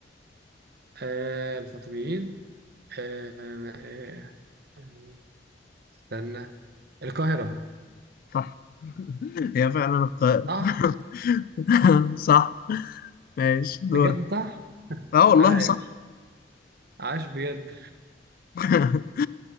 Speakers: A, on the right; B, on the left.
A: آه الفاطميين آه آه آه، استنى القاهره
B: صح <laughs> هي فعلا القاهرة
A: صح
B: <laughs> صح ماشي دورك
A: بجد صح
B: اه والله
A: عاش
B: صح
A: عاش بجد
B: <laughs>